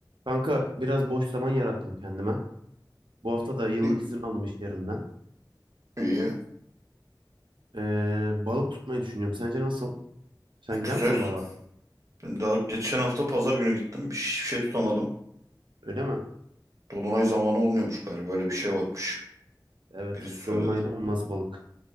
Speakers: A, on the right (about 85°); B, on the right (about 40°).
A: Kanka biraz boş zaman yarattım kendime. Bu hafta da yıllık
B: İyi,
A: izin aldım iş yerinden.
B: iyi,
A: Ee, balık tutmayı düşünüyorum. Sence nasıl? Sen gider
B: güzel.
A: misin balığa?
B: Ben daha geçen hafta pazar günü gittim. Hiçbir şey tutamadım.
A: Öyle mi?
B: Dolunay zamanı olmuyormuş galiba. Böyle bir şey varmış.
A: Evet.
B: Birisi söyledi.
A: Dolunayda olmaz balık.